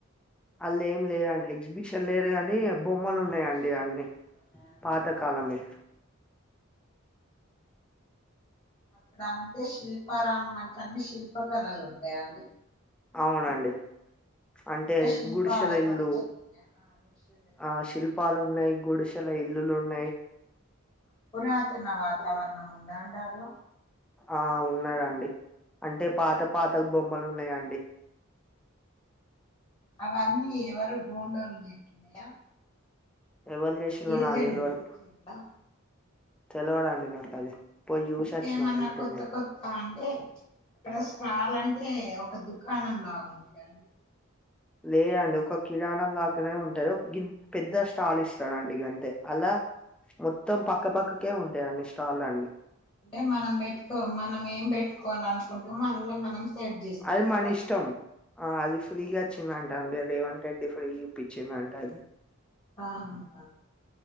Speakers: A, in the centre; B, on the left.
A: అల్ల ఏం లేదండి. ఎగ్జిబిషన్ లేదు కానీ నీ బొమ్మలున్నయండి
B: ప్రదర్శనలు
A: అన్ని
B: ఏమన్నా ఉన్నాయా అండి
A: పాతకాలంవి.
B: అక్కడ అంటే శిల్పారామాం అంటె అన్ని శిల్ప కళలు ఉంటయా అండి.
A: అవునండి. అంటే
B: శిల్పాలతోటి
A: గుడిశెల ఇల్లు,
B: చెక్కిన ఆ గుడిసెలు
A: ఆ శిల్పాలు ఉన్నయి గుడిశె ల ఇల్లులున్నయ్.
B: పురాతన వాతావరణం ఉందా దాన్లో
A: ఆ ఉన్నదండి అంటే పాత పాత బొమ్మలు ఉన్నయండి.
B: అవన్నీ ఎవరు గోండోలు చెక్కినయా.
A: ఎవలు చేశిల్లో
B: గిరిజనులు
A: నాకు తెలవదు.
B: గిరిజనులా
A: తెలవదండి నాకు అది. పోయి చూసి
B: ఇంకేమన్నా
A: వచ్చిన గంతే
B: కొత్త
A: నేను
B: కొత్త అంటే ఇక్కడ స్టాలంటే ఒక దుకాణం లాగుంటయా అండి.
A: లేదండి ఒక కిరాణం లాగనే ఉంటది. ఓ గి పెద్ద స్టాల్ ఇస్తడండి గంతే అల్లా మొత్తం పక్కపక్కకే ఉంటయన్ని స్టాల్ అండి.
B: అంటే మనం పెట్టుకో మనం ఏం పెట్టుకోవాలనుకుంటమో అన్ల మనం సెట్ చేసుకోవాలా
A: అది మన ఇష్టం. ఆ అది ఫ్రీగా అచ్చిందంట అండి. రేవంత్ రెడ్డి ఫ్రీగా ఇప్పించిండంట అది.
B: ఆహాహా హా